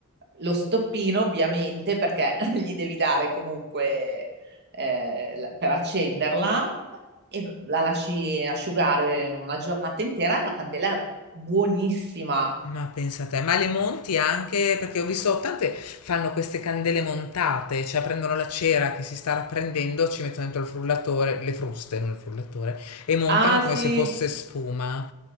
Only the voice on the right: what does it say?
Lo stoppino ovviamente perché <laughs> gli devi dare comunque eh, la- per accenderla e la lasci asciugare una giornata intera e la candela è buonissima.
Ah
sì,